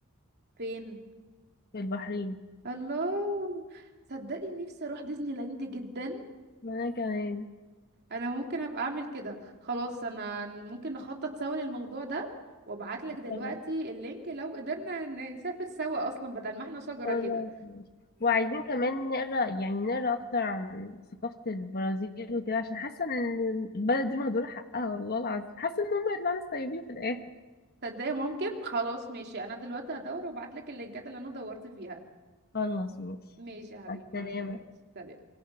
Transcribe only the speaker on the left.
في البحرين
وأنا كمان
خلاص
خلاص
ماشي وعايزين كمان نقرا يعني نقرا أكتر عن ثقافة البرازيل وكده عشان حاسة إن البلد دي مهدورة حقها والله العظيم حاسة إن هم يطلعوا ناس طيبين في الآخر
خلاص ماشي
مع السلامة